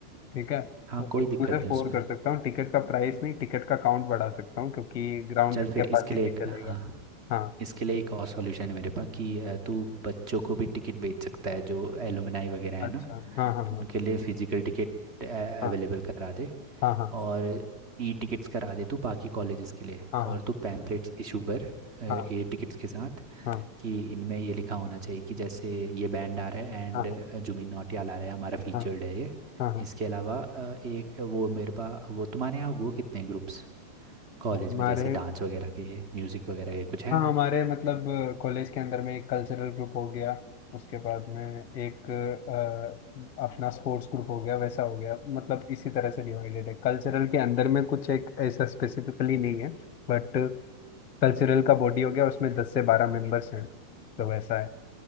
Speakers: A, on the left (about 40°); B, on the right (about 35°).
A: ठीक है
B: हाँ
A: तो
B: कोई
A: एक
B: दिक्कत
A: टू से
B: नहीं
A: फोर
B: उसमें
A: कर सकता हूँ टिकट का प्राइस नहीं टिकट का काउंट बढ़ा सकता हूँ क्योंकि ग्राउंड
B: चल फिर
A: कैपेसिटी
B: इसके लिए एक
A: चलेगा
B: हाँ
A: हाँ
B: इसके लिए एक और सॉल्यूशन है मेरे पास कि अ, तू बच्चों को भी टिकट बेच सकता है जो एलुमनाई वगैरह है
A: अच्छा
B: ना
A: हाँ हाँ
B: उनके लिए फिजिकल टिकट अवेलेबल
A: हाँ
B: करा दे
A: हाँ हाँ
B: और ई टिकट्स करा दे तू बाकी कॉलेजेस के लिए
A: हाँ
B: और तू पैम्पलेट्स इशू कर
A: हाँ
B: ए टिकट्स के साथ
A: हाँ
B: कि इनमें ये लिखा होना चाहिए कि जैसे ये बैंड आ रहा है एंड
A: हाँ हाँ
B: जुबिन नौटियाल आ रहा है हमारा फीचर्ड
A: हाँ
B: है ये
A: हाँ हाँ, हाँ।
B: इसके अलावा अ, एक वो मेरे पास वो तुम्हारे यहाँ हुआ कितने ग्रुप्स कॉलेज
A: हमारे
B: में जैसे डांस वगैरह के म्यूज़िक वगैरह के कुछ हैं
A: हाँ हमारे मतलब कॉलेज के अंदर में एक कल्चरल ग्रुप हो गया उसके बाद में एक अ, अपना स्पोर्ट्स ग्रुप हो गया वैसा हो गया मतलब इसी तरह से डिवाइडेड है कल्चरल के अंदर में कुछ एक ऐसा स्पेसिफिकली नहीं है बट कल्चरल का बॉडी हो गया उसमें दस से बारह मेंबर्स हैं तो वैसा है